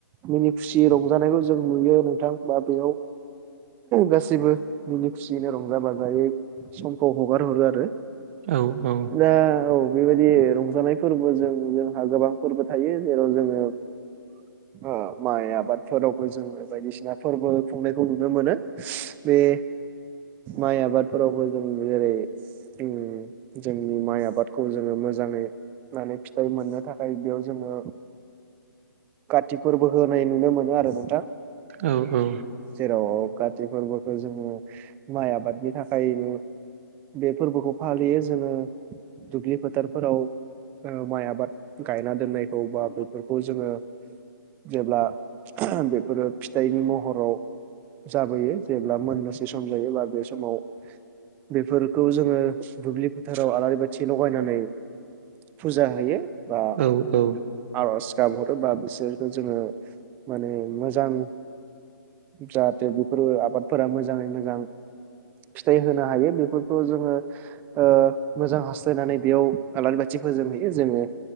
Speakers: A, on the right (about 15°); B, on the right (about 35°).
A: मिनि खुसियै रंजानायखौ जों नुयो नोंथां बा बेयाव गासैबो मिनि खुसियैनो रंजा बाजायै समखौ हगार हरो आरो।
B: औ औ।
A: दा औ बेबायदि रंजानाय फोरबोजों जोंहा गोबां फोरबो थायो जेराव जोङो
B: <unintelligible>
A: ओ माइ आबादफोरावबो जोङो बायदिसिना फोरबो खुंनायखौ नुनो मोनो। बे माइ आबादफोरावबो जों जेरै जों जोंनि माइ आबादखौ जोङो मोजाङै माने फिथाइ मोननो थाखाय बेयाव जोङो काति फोरबो होनाय नुनो मोनो आरो नोंथां।
B: औ औ।
A: जेराव काति फोरबोखौ जोङो माइ आबादनि थाखायनो बे फोरबोखौ फालियो जोङो दुब्लि फोथारफोराव ओ माइ आबाद गायना दोननायखौ बा बेफोरखौ जोङो जेब्ला बेफोरो फिथाइनि महराव जाबोयो जेब्ला मोननोसै सम जायोबा बे समाव बेफोर खौ जोङो दुब्लि फोथाराव आलारि बाथि लगायनानै फुजा हैयो। बा
B: औ औ
A: आरज गाबहरो बा बिसोरखौ जोङो माने मोजां जाहाथे बेफोरो आबादफोरा मोजाङै मोजां फिथाइ होनो हायो बेफोर खौ जोङो ओ मोजां हास्थायनानै बेयाव आलारि बाथि फोजोंहैयो जोङो